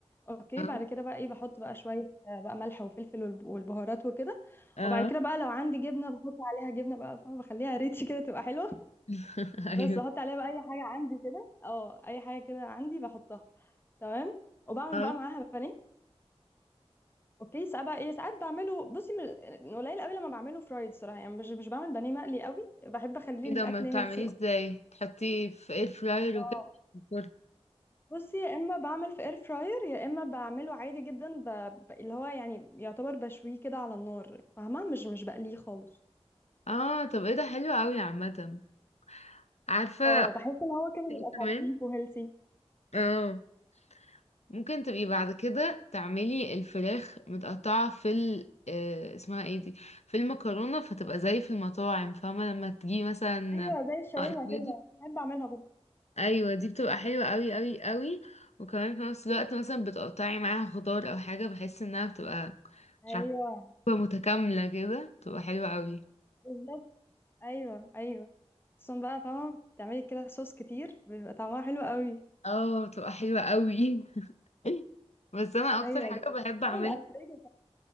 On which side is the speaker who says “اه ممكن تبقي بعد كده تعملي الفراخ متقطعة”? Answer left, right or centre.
Left